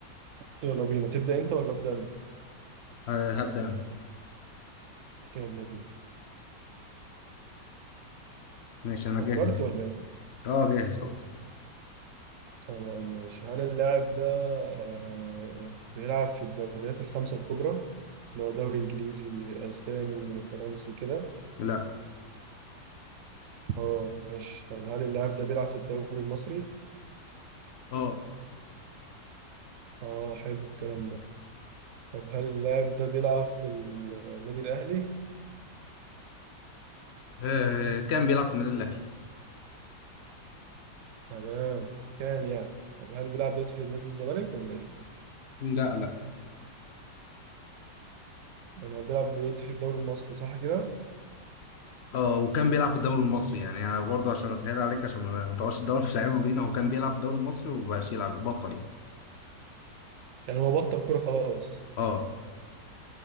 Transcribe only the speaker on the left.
أه هبدا انا
ماشي انا
جاهز
اه جاهز خلاص
لا
اه
آه، كان بيلعب في النادي الاهلي
لا لا
اه وكان بيلعب في الدوري المصري يعني انا برضه عشان اسهل عليك عشان ما تقعدش تدور في لعيبه مدينه هو كان بيلعب في الدوري المصري ومبقاش يلعب بطل يعني
اه